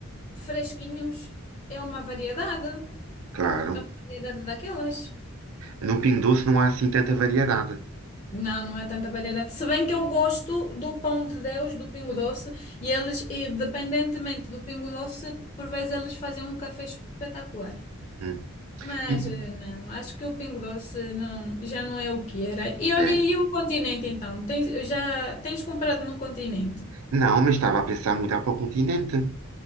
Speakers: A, on the left; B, on the right.
A: fresquinhos, é uma variedade,
B: claro.
A: é uma variedade daquelas.
B: No Pingo Doce não há assim tanta variedade.
A: Não, não é tanta variedade. Se bem que eu gosto do pão de Deus, do Pingo Doce, e eles, independentemente do Pingo Doce, por vezes eles fazem um café espetacular.
B: Hum.
A: Mas
B: E-
A: eh, não, acho que o Pingo Doce não, já não é o que era. E olha,
B: é.
A: e o continente então? Tens, já tens comprado no continente?
B: Não, mas estava a pensar mudar para o continente.